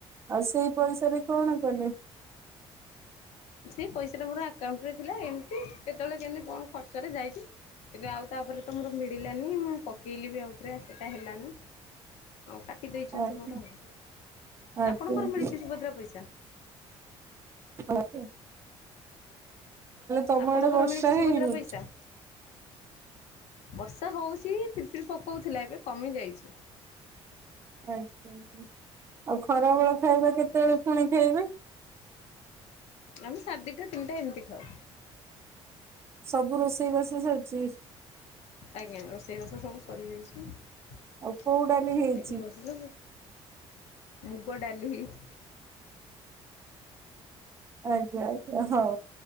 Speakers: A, on the right; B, on the left.
A: ଆଉ ସେଇ ପଇସାରେ କଣ କଲେ?
B: ସେ ପଇସା ଟା ମୋର ଆକାଉଣ୍ଟ ରେ ଥିଲା ଏମ୍ କେତବଳେ କେନ୍ତି କଣ ଖର୍ଚ୍ଚରେ ଯାଇଚି। କିନ୍ତୁ ଆଉ ତାପରେ ତ ମୋର ମିଳିଲାନି ମୁଁ ପକେଇଲି ବି ଆଉଥରେ ସେଟା ହେଲାନି। ଆଉ କାଟି ଦେଇଚନ୍ତି
A: ଆଜ୍ଞା
B: ମୋର ଆଉ
A: ଆଜ୍ଞା
B: ଆପଣଙ୍କର
A: ଆଜ୍ଞା
B: ମିଳିଚି ସୁଭଦ୍ରା ପଇସା?
A: ଅଛି ତମ
B: ଆପଣଙ୍କର
A: ଆଡେ ବର୍ଷା
B: ମିଳିଚି
A: ହେଇନି
B: ସୁଭଦ୍ରା ପଇସା? ବର୍ଷା ହଉଚି ଫିର ଫିରି ପକଉଥିଲା ଏବେ କମି ଯାଇଚି।
A: ଆଉ ଖରାବେଳ ଖାଇବା କେତେବେଳେ ଫୁଣି ଖାଇବେ?
B: ଆମେ ସାଢ଼େ ଦିଟା ତିନିଟା ଏମତି ଖାଉ।
A: ସବୁ ରୋଷେଇ ବାଷ ସରଚିସ୍?
B: ଆଜ୍ଞା ରୋଷେଇ ବାଷ ସବୁ ସରିଯାଇଚି।
A: ଆଉ କୋଉ ଡାଲି ହେଇଛି
B: ଏଠି ବସିଚୁ ତୁ? ମୁଗ ଡାଲି ହେଇଚ
A: ଆଜ୍ଞା ଆଜ୍ଞା ହଉ